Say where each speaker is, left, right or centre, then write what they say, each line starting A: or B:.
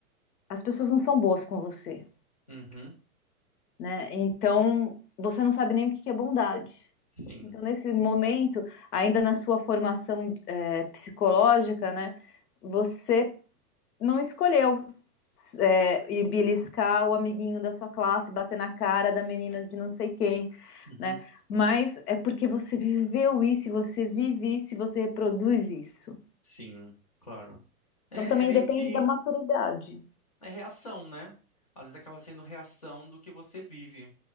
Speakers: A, on the left; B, on the left.
A: as pessoas não são boas com você,
B: uhum,
A: né? Então, você não sabe nem o que que é bondade.
B: sim,
A: Então, nesse momento, ainda na sua formação, é, psicológica, né? Você não escolheu é, ir beliscar o amiguinho da sua classe, bater na cara da menina de não sei quem,
B: uhum,
A: né? Mas é porque você viveu isso, você vive isso, e você reproduz isso.
B: sim, claro. É,
A: Então também
B: é meio
A: depende
B: que
A: da maturidade.
B: É reação, né? Às vezes acaba sendo reação do que você vive.